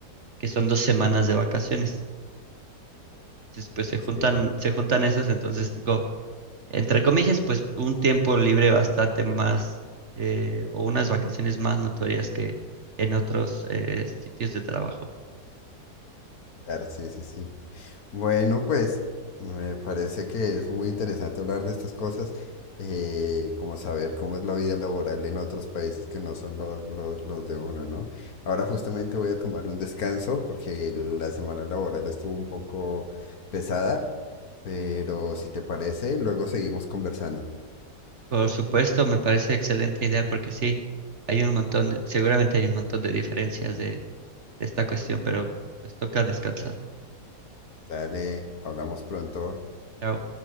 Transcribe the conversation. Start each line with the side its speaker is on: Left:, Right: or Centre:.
Right: que son dos semanas de vacaciones. Entonces, pues se juntan,
Left: sí,
Right: se juntan esas, entonces tengo, entre comillas, pues un tiempo libre bastante más, eh, o unas vacaciones más notorias que en otros eh, sitios de trabajo.
Left: claro, sí, sí, sí. Bueno, pues me parece que es muy interesante hablar de estas cosas, eh, como saber cómo es la vida laboral en otros países que no son lo- lo- los de uno, ¿no? Ahora justamente voy a tomar un descanso porque la semana laboral estuvo un poco pesada, pero si te parece, luego seguimos conversando.
Right: Por supuesto, me parece excelente idea porque sí, hay un montón de- seguramente hay un montón de diferencias de esta cuestión, pero pues toca descansar.
Left: Dale, hablamos pronto.
Right: Chao.